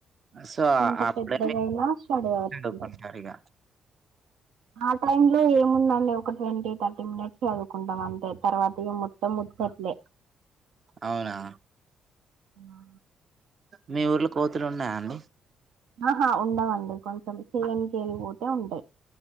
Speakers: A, on the right (about 45°); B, on the right (about 80°).
A: సో
B: ఇంత
A: అప్పుడ
B: పెద్దగైనా స్టడీ అవర్స్
A: చదువుకుంటారు
B: ఉంటాయి
A: ఇక
B: ఆ టైమ్ లో ఏముందండి ఒక ట్వంటీ థర్టీ మినిట్స్ చదువుకుంటాం అంతే తర్వాత మొత్తం ముచ్చట్లే
A: అవునా
B: ఆ
A: మీ ఊర్లో కోతులు ఉన్నాయా అండి
B: ఆహా ఉండవండి కొంచెం చేలు చేలు పూటే ఉంటాయి